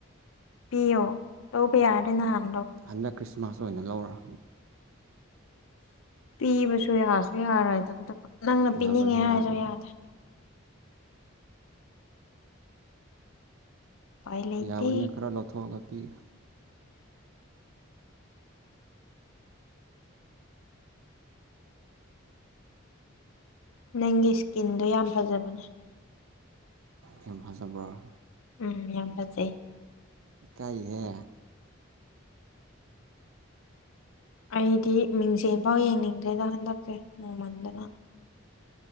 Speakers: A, on the left (about 80°); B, on the right (about 80°).
A: ꯄꯕꯤꯌꯣ ꯂꯧꯕ ꯌꯥ ꯑꯗꯨꯅꯥꯟ
B: ꯍꯟꯗꯛ ꯈ꯭ꯔꯤꯁꯃꯥꯁ ꯑꯣꯏꯅ ꯂꯧꯔ
A: ꯄꯤꯕꯁꯨ ꯌꯥꯁꯨ ꯌꯥꯔ ꯅꯪꯅ
B: ꯌꯥꯕꯅꯦ
A: ꯄꯤꯅꯤꯡꯉꯦ ꯍꯥꯏꯔꯁꯨ
B: ꯌꯥꯕꯅꯦ
A: ꯌꯥꯗ꯭ꯔꯦ ꯎꯄꯥꯏ ꯂꯩꯇꯦ
B: ꯌꯥꯕꯅꯦ ꯈꯔ ꯂꯧꯊꯣꯛꯑꯒ ꯄꯤꯒ꯭ꯔꯦ
A: ꯅꯪꯒꯤ ꯏꯁꯀꯤꯟꯗꯣ ꯌꯥꯝ ꯐꯖꯕꯅꯦ
B: ꯍꯦꯝꯐꯖꯕꯣꯔ
A: ꯎꯝ ꯌꯥꯝ ꯐꯖꯩ
B: ꯏꯀꯥꯏꯍꯦ
A: ꯑꯩꯗꯤ ꯃꯤꯡꯁꯦꯟꯐꯥꯎ ꯌꯦꯡꯅꯤꯡꯗ꯭ꯔꯦꯗ ꯍꯟꯗꯛꯀꯦ ꯅꯣꯡꯃꯟꯗꯅ